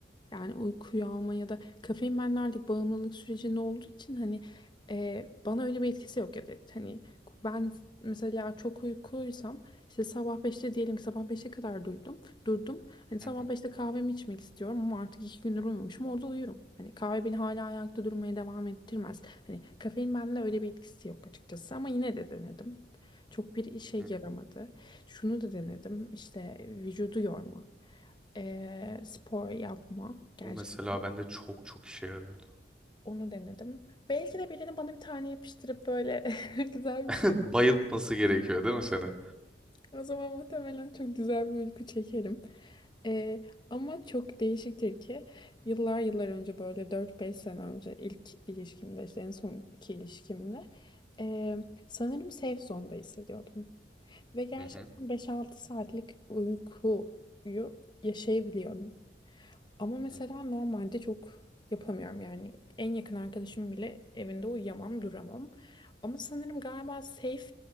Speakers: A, on the left (about 25°); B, in the centre.
A: Yani uykuyu alma ya da kafein benle artık bağımlılık sürecinde olduğu için hani e, bana öyle bir etkisi yok ya da hani ben mesela çok uykuluysam işte sabah beşte diyelim ki sabah 5'e kadar duydum durdum. Hani sabah
B: Hı hı,
A: beşte kahvemi içmek istiyorum ama artık iki gündür uyumamışım orada uyurum. Hani kahve beni hala ayakta durmaya devam ettirmez. Hani kafein bende öyle bir etkisi yok açıkçası ama yine de denedim. Çok bir işe
B: hı hı,
A: yaramadı. Şunu da denedim işte vücudu yorma eee, spor yapma gerçekten.
B: O mesela bende çok çok işe yarıyordu.
A: Onu denedim. Belki de birini bana bir tane yapıştırıp böyle <laughs> güzel
B: <laughs>
A: bir şey.
B: Bayıltması gerekiyor değil mi seni?
A: O zaman muhtemelen çok güzel bir uyku çekerim. Eee, ama çok değişiktir ki yıllar yıllar önce böyle dört beş sene önce ilk ilişkimde işte en sonki ilişkimde eee, sanırım safe zone'da hissediyordum. Ve gerçekten
B: hı hı,
A: beş altı saatlik uykuyu yaşayabiliyorum. Ama mesela
B: hı hı.
A: normalde çok yapamıyorum yani en yakın arkadaşım bile evinde uyuyamam duramam. Ama sanırım galiba safe